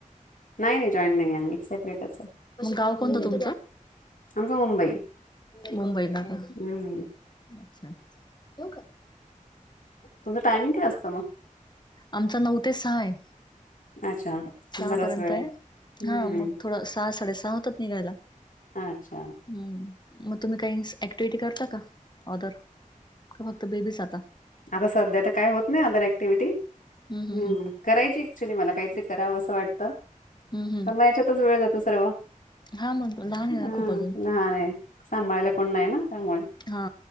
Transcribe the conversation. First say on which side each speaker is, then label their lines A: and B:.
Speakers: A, on the left (about 70°); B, on the left (about 30°).
A: नाही नाही जॉईन नाही आम्ही. सेपरेटच आहे.
B: गाव कोणत
A: हम्म
B: तुम
A: आमचं मुंबई
B: मुंबई? मुंबई का अच्छा.
A: हम्म
B: ठेऊ का?
A: तुमच टायमिंग काय असत त म?
B: आमचा नऊ ते सहा आहे.
A: अच्छा
B: सहा
A: बराच
B: पर्यंतय,
A: वेळ आहे हम्म
B: हा मग थोडं सहा साडेसहा होतात निघायला.
A: अच्छा
B: हम्म. मग तुम्ही काही ऍक्टिव्हटी करता का? ऑदर का फक्त बेबीच आता?
A: आता सध्या तर काय होत नाही अदर ऍक्टिव्हिटी
B: हम्म हम्म
A: ह्
B: हम्म
A: करायची ऍक्च्युली मला काहीतरी करावं असं वाटतं
B: हम्म हम्म
A: पण याच्यातच वेळ जातो सर्व
B: हा मग लहान
A: हं
B: आहे ना खूप अजून
A: नाय, नाय सांभाळायला कोण नाही ना त्यामुळे.
B: हा